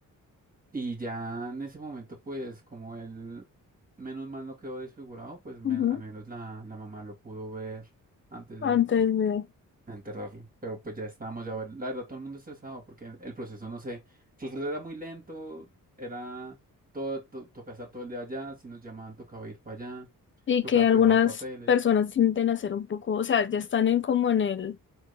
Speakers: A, on the right (about 25°); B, on the left (about 35°).
A: Y ya en ese momento, pues como él, menos mal no quedó desfigurado, pues men-
B: ujú.
A: al menos la, la mamá lo pudo ver antes
B: Antes
A: de, pues,
B: de...
A: de enterrarlo. Pero pues ya estábamos, ya, ver- la verdad, todo el mundo estresado porque el el proceso, no sé, el proceso era muy lento, era todo, to- tocaba estar todo el día allá, si nos llamaban tocaba ir para allá,
B: Y
A: tocaba
B: que algunas
A: firmar papeles.
B: personas tienden a ser un poco, o sea, ya están en como en el